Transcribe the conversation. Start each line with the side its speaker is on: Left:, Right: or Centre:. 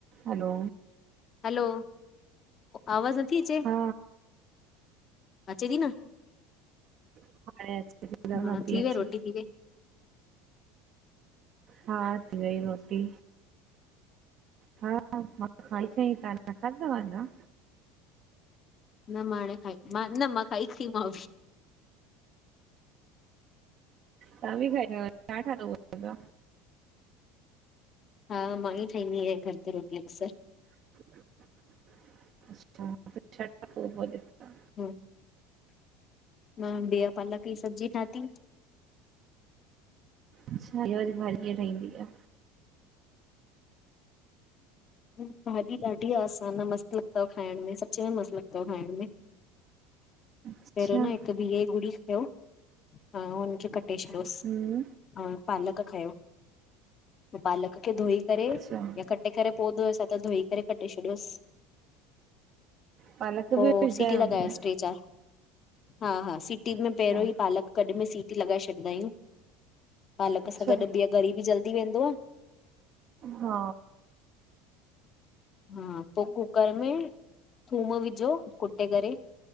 Right: हलो
Left: hello, आवाज़ न थी अचे?
Right: हा
Left: अचे थी न,
Right: हाणे अचे थी
Left: हा
Right: न पई
Left: थी
Right: अचे
Left: वई रोटी थी वय? <inaudible>
Right: हा थी वई रोटी। हा मां खाई वयी, तव्हां न खादी अञां?
Left: न म हाणे खाई न मां खाई उथियुम
Right: तव्हां बि खादव छा ठायव?
Left: हा मां ई ठाहींदी आहियां घर ते रोटी अक्सर।
Right: <unintelligible>
Left: हा, मां बीह पालक जी सब्जी थाति।
Right: अच्छा, इहा भाॼीअ कीअं ठहंदी आ?
Left: भाॼी ॾाढी आसान आ, मस्त लॻंदव खाइण में सच में मस्त लॻंदव खाइण में।
Right: अच्छा
Left: पहिरियों न हिकु बीह जी गुड़ी खणो <unintelligible> हां हुनखे कटे छॾियोसि,
Right: हम्म
Left: हां पालक खयों। पालक खे धोई करे
Right: अच्छा
Left: या कटे करे पोइ धोओसि सां त धोई करे कटे शॾियोसि।
Right: पालक
Left: पोइ
Right: बि विझंदा
Left: सिटीयूं
Right: आहियो हुनमें?
Left: लॻायोसि टे चारि हा हा सीटी में
Right: अच्छा
Left: पहिरियों ई पालक गॾु में सिटी लॻाए छॾींदा आहियूं। पालक
Right: अच्छा
Left: सां गॾु बीह ॻरी बि जल्दी वेंदुव।
Right: हा
Left: हा पोइ कूकर में थूम विझो कुटे करे,